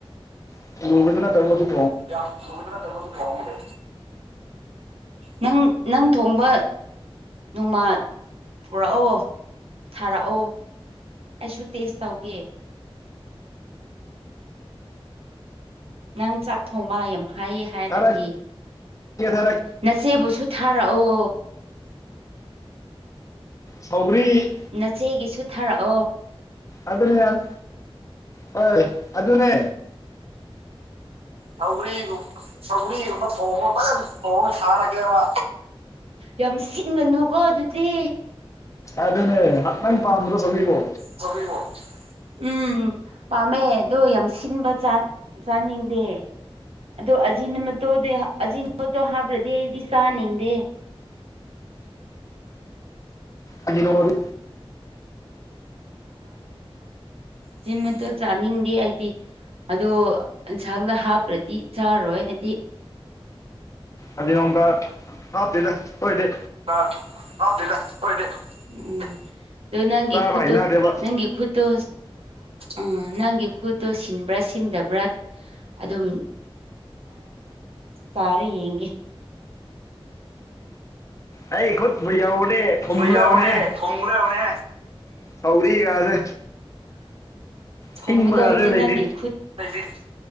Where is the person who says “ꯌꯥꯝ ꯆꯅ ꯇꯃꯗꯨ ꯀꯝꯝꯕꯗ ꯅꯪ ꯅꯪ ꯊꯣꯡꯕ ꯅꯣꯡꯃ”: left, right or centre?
Right